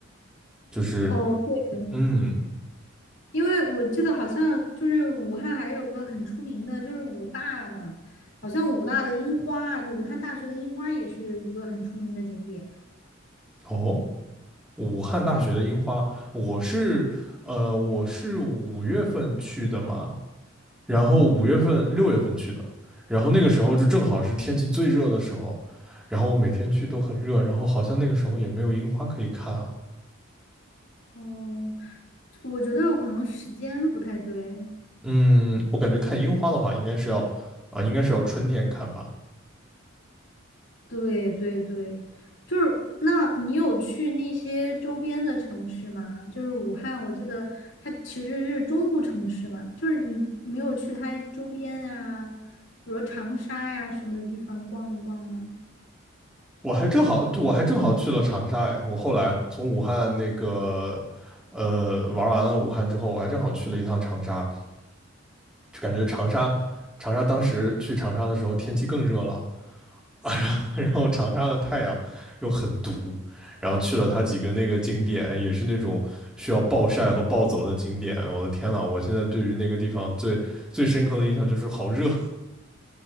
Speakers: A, in the centre; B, on the left (about 65°).
A: 就是
B: 哦，对，
A: 嗯
B: 因为我记得好像就是武汉还有个很出名的，就是武大嘛，好像武大的樱花，就武汉大学的樱花也是一个很出名的景点。
A: 哦。武汉大学的樱花，
B: 对，
A: 我是呃我是五月份去的嘛，然后五月份六月份去的，然后那个时候就正好是天气最热的时候，然后我每天去都很热，然后好像那个时候也没有樱花可以看啊。
B: 哦，我觉得有可能时间不太对。
A: 嗯，我感觉看樱花的话，应该是要啊、应该是要春天看吧。
B: 对对对，就是那你有去那些周边的城市吗？就是武汉，我记得它其实是中部城市嘛，就是你没有去它周边呀，比如长沙呀什么的地方逛一逛吗？
A: 我还正好，我还正好去了长沙哎，我后来从武汉那个呃玩完了武汉之后，我还正好去了一趟长沙，就感觉长沙，长沙当时去长沙的时候天气更热了，<laughs> 然后长沙的太阳又很毒，然后去了它几个那个景点，也是那种需要暴晒和暴走的景点。我的天呐，我现在对于那个地方最最深刻的印象就是好热，